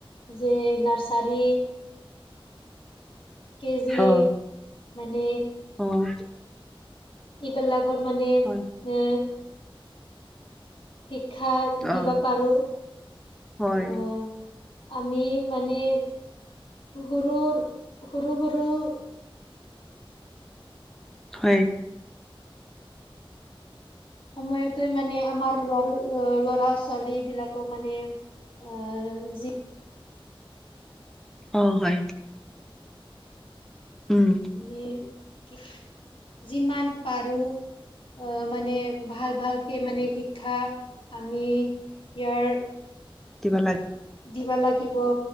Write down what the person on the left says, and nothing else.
যে নাৰছাৰী কেজি
মানে
এইবিলাকত মানে
এ শিক্ষা দিব
পাৰোঁ,
অ'। আমি মানে সৰু-সৰু-সৰু
সময়তে মানে আমাৰ লাৰু ল'ৰা ছোৱালী বিলাকো মানে অ, যি
মানে <unintelligible> যিমান পাৰোঁ অ, মানে ভাল ভালকে মানে শিক্ষা আমি ইয়াৰ
দিবা লাগিব,